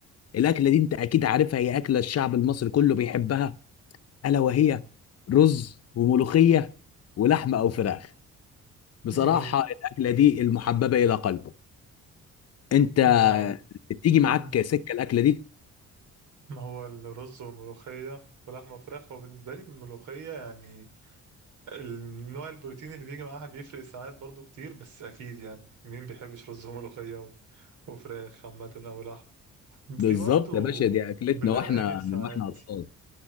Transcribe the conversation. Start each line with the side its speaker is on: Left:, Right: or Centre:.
Left: الاكله دي انت اكيد عارفها هي اكله الشعب المصري كله بيحبها الا وهي رز وملوخيه ولحمه او فراخ بصراحه
Right: جامد
Left: الاكله دي المحببه الى قلبه انت
Right: معاك
Left: بتيجي معاك
Right: مم.
Left: سكه الاكله دي
Right: ما هو الرز والملوخية ولحمة وفراخ هو بالنسبة لي الملوخية يعني النوع البروتين اللي بيجي معاها بيفرق ساعات برضو كتير بس اكيد يعني مين بيحبش رز وملوخية و- وفراخ عامة او لحم
Left: بالظبط
Right: في برضو
Left: يا باشا دي اكلتنا
Right: بالارانب
Left: واحنا
Right: ساعات
Left: من واحنا اطفال